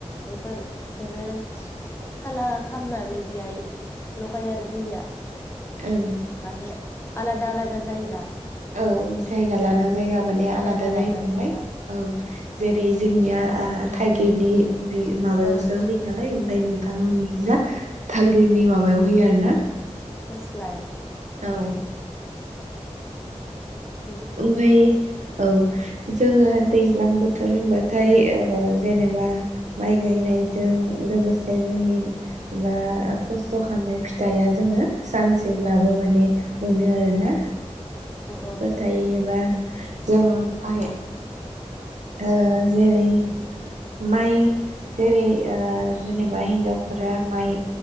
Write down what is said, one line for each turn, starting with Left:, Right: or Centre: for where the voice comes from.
Left: बेफोरखोनो खाला खालामनानै बेहाय लगायो आरो <unintelligible>
Right: औ
Left: माने आलादा आलाद जा जायो ना?
Right: औ जायगा लाना जायगा माने
Left: जायगा
Right: आलादा जायो
Left: लाना
Right: नालाय
Left: जायगा
Right: औ जेरै जोंनिया ओ थाइगिरनि बि माबायावसो
Left: औ
Right: होयो नालाय ओमफाय नोंथांमोननि खिजा थालिरनि माबायाव होयो आरो ना?
Left: फस्लायाव
Right: औ
Left: औ
Right: ओमफाय औ जोङो दैज्लां बोथोर होनबाथाय ओ जेनेबा माइ गायनायजों लोगोसे जोंनि बा खस्थ खामनाय फिथाइया जोङो सानसेब्लाबो माने मोनो आरोना?
Left: औ
Right: बो थायोबा जोङो ओमफाय। ओ जेरै माइ जेरै ओ जेनेबा हिन्जावफोरा माइ